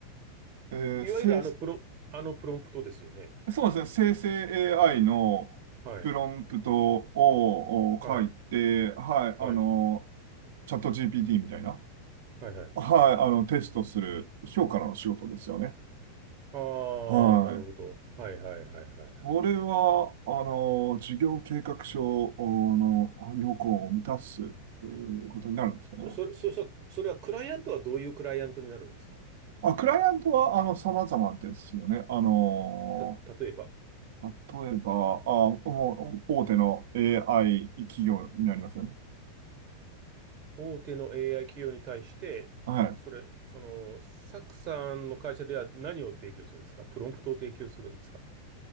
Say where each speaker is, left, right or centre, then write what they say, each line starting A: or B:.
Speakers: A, on the right; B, on the right.
A: い。えー生
B: いわゆるあのプロ、あのプロンプトですよね。
A: そうですね。生成 AI のプロンプトをを書いて、
B: はい、はい、
A: はい。あの、
B: はい、
A: チャット GPT みたいな、
B: はい、はい。
A: はい。あの、テストする評価の仕事ですよね。
B: ああ、
A: はい。
B: なるほど。はい、はい、はい、はい、はい。はい
A: 俺は、あの、事業計画書の要項を満たすということになるんですよね。
B: そ、それ、そ、そそれはクライアントはどういうクライアントになるんですか
A: まあ、クライアントは、あの、様々ですよね。あの、
B: た、例えば、
A: 例えば、あ、もう大手の AI 企業になりますよね。
B: 大手の AI 企業に対して、
A: は
B: それ、その、サクさんの会社では何を提供するんですかプロンプトを提供するんですか